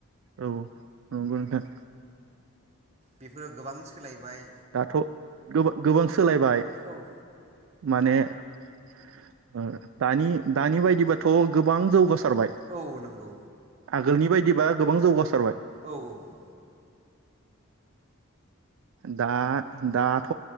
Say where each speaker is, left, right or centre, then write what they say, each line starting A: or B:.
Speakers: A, on the right (about 65°); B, on the right (about 30°).
A: औ नंगौ नोंथां
B: बेफोराव गोबां सोलायबाय
A: दाथ गोबा-गोबां सोलायबाय
B: औ
A: माने ओ दानि दानिबायदिबाथ गोबां जौगा खारबाय
B: औ नंगौ
A: आगोलनि बायदिबा गोबां जौगास
B: औ-औ-औ
A: दा दाथ